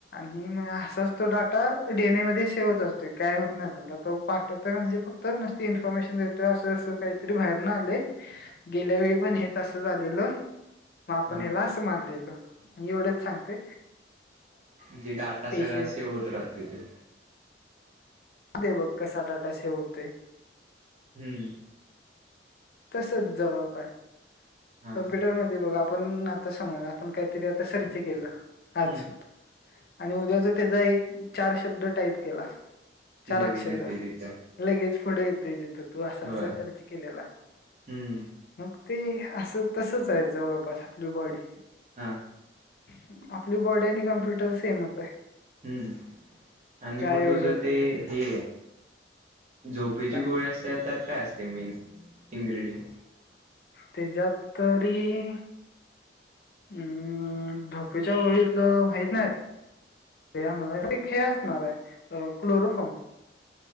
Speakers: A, on the left; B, on the right.
A: आणि म असाच तो डाटा डी, एन, ए मध्ये सेव होत असतोय, काय होत नाही त्याला तो पाठवतोय म्हणजे फक्त नूसती इन्फॉर्मेशन देतोय, असं असं काहीतरी बाहेर न आलय, गेल्या वेळी पण हेच असं झालेलं. मग आपण
B: हा
A: याला असं मारलेलं आणि एवढंच सांगतंय
B: म्हणजे डाटा
A: पेशी
B: सगळा सेव होत राहतोय त्यो
A: ते बघ कसा डाटा सेव होतोय.
B: हम्म.
A: तसच जवळपास,
B: हा
A: कम्प्युटर मध्ये बघ आपण आता समज आपण काहीतरी आता सर्च केलं,
B: हम्म
A: आज. आणि उद्याच त्याचा एक चार शब्द टाईप केला.
B: ती
A: चार
B: लगेच
A: अक्षर
B: येते तिथं
A: लगेच पुढ येतय जिथ तू असं
B: होय
A: अस त्या केलेला
B: हम्म
A: मग ते अस. ते तसच हाय जवळपास आपली बॉडी
B: हा
A: आप आपली बॉडी आणि कॉम्प्युटर सेमच आहे.
B: हम्म आणि
A: काय
B: मग
A: एवढं
B: तुझं
A: फरक
B: ते
A: नाही.
B: हे झोपेची
A: काय
B: गोळी असत्या त्यात काय असतय मेन् इन्ग्र्रीडियं.
A: त्याज्यात तरीई हम्म झोपच्या गोळीतलं माहित नाही. तो खेळ असणार हाय अ क्लोरोफोम.